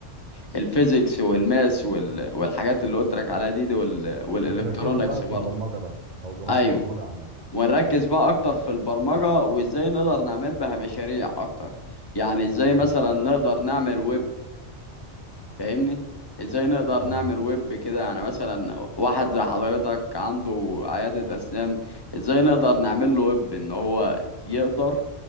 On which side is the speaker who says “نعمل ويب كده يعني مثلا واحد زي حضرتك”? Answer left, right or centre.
Left